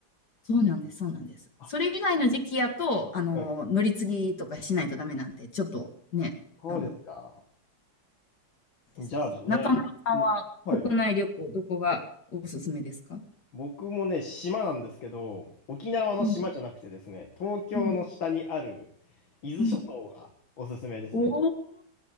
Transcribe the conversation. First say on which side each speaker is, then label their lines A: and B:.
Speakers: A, on the left; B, on the left.
A: そうなんです、そうなんです。
B: あ、
A: それ以外の時期やと、あの、
B: はい。
A: 乗り継ぎとかしないとダメなんで、ちょっとね、
B: そうですか。
A: あの、ですけど。
B: じゃあね、
A: 中村さんは国内旅行、
B: んはい。
A: どこがおすすめですか
B: 僕もね、島なんですけど、沖縄の島じゃなくてですね、
A: うん、
B: 東京の下にある
A: うん、
B: 伊豆諸島がおすすめですね。
A: うん。お